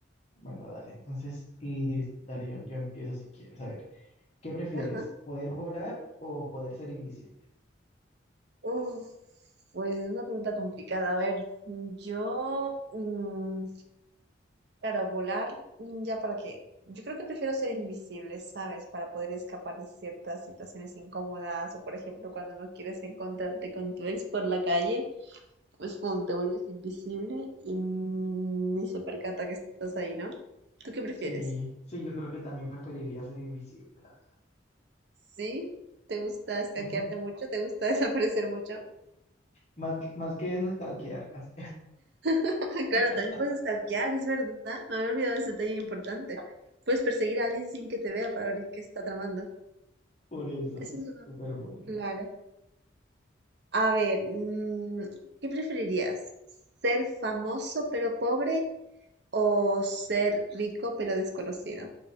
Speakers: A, on the left; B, on the right.
A: Bueno, dale, entonces, y dale, yo, yo empiezo si quieres. A ver, ¿qué prefieres?
B: Ajá.
A: ¿Poder volar o poder ser invisible?
B: Uf, pues es una pregunta complicada. A ver, yo, mm, claro, volar, mm, ¿ya para qué? Yo creo que prefiero ser invisible, ¿sabes? Para poder escapar de ciertas situaciones incómodas o, por ejemplo, cuando no quieres encontrarte con tu ex por la calle. pues pum, te vuelves invisible y ni se percata que estás ahí, ¿no? ¿Tú qué prefieres?
A: Sí, sí, yo creo que también preferiría ser invisible, la
B: ¿Sí? ¿Te gusta escaquearte
A: verdad. <laughs>
B: mucho? ¿Te gusta <laughs> desaparecer mucho? <laughs>
A: Más que, más que eso, stalkear, así.
B: Ah,
A: <laughs>
B: Claro, también puedes stalkear, es verdad. Me había olvidado ese detalle importante. Puedes perseguir a alguien sin que te vea para ver qué está tramando.
A: Por eso,
B: Eso es verdad.
A: súper bueno.
B: Claro. A ver, mm, ¿qué preferirías? ¿Ser famoso pero pobre o ser rico pero desconocido?